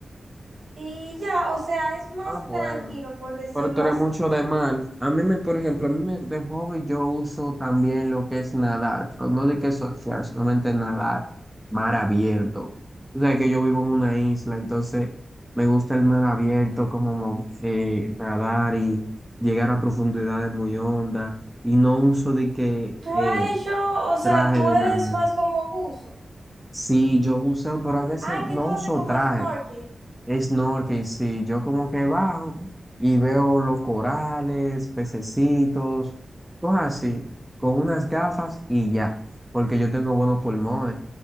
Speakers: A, on the right; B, in the centre.
A: Y ya, o sea, es más
B: Ah, bueno.
A: tranquilo, por decirlo
B: Pero tú eres
A: así.
B: mucho de mal. A mí me, por ejemplo, a mí me, de hobby yo uso también lo que es nadar, pero no de que surfear, solamente nadar, mar abierto. O sea que yo vivo en una isla, entonces me gusta el mar abierto, como mo- eh, nadar y llegar a profundidades muy hondas, y no uso de que
A: Tú
B: eh,
A: has hecho, o sea,
B: traje
A: tú
B: de
A: eres
B: nadar.
A: más como buzo.
B: Sí, yo uso, pero a veces
A: Ay,
B: no
A: que tú haces
B: uso
A: como
B: traje.
A: snorkeling.
B: Snorkeling, sí, yo como que bajo y veo los corales, pececitos, cosas así, con unas gafas y ya, porque yo tengo buenos pulmones,